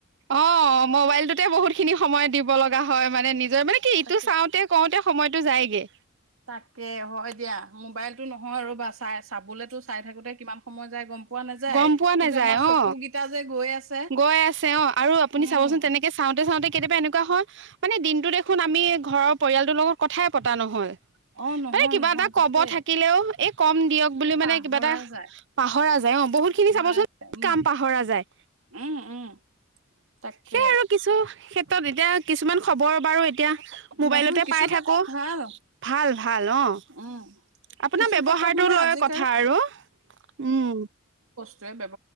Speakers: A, on the right; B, on the right.
A: অ মোবাইলটোতে বহুত খিনি সময় দিব ব লগা হয় মানে নি মানে কি
B: তাকে
A: ইটো চাওঁতে কওঁতে সময়টো যায়গে।
B: তাকে হয় দিয়া মোবাইল নহয় ৰ'বা চাই - চাবলেতো চাই থাকোতে কিমান সময়ত যায় গম প পোৱা নাযায়
A: গম পোৱা
B: কিন্তু
A: নাযায়
B: আমাৰ চকু
A: অ
B: গিতা যে গৈ আছে
A: গৈ আছে অ' আৰু আপুনি
B: উম
A: চাবচোন তেনেকে চাওঁত তে চাওঁতে কেতিয়াবা এনেকুৱা হয় মানে দিনটো দেখোন আমি ঘৰৰ পৰিয়ালটোৰ লগত কথাই পতা নহল।
B: অ নহয়
A: মানে কিবা
B: নহয়
A: এটা
B: তাকে
A: কব থাকিলেও এই কম দিয়ক। বুলি
B: পাহৰা
A: মানে কিবা এটা
B: যায়
A: পাহৰা যায় অ বহুত খিনি
B: পাহৰা
A: চাবচোন
B: যায় উম
A: কাম পাহৰা যায়।
B: উম উম তাকে
A: সেইয়াই আৰু কিছু ক্ষে ক্ষেত্ৰত এতিয়া কিছুমান খবৰ বাৰু এতিয়া মোবাইলতে
B: নহয় কিছু
A: পাই
B: ক্ষেত্ৰত
A: থাকোঁ,
B: ভাল
A: ভাল-ভাল অহ,
B: উম
A: আপোনাৰ
B: কিছু
A: ব্যৱহাৰটো
B: ক্ষেত্ৰত মানে
A: লৈ
B: আজিকালি
A: কথা আৰু উম।
B: যে <unintelligible>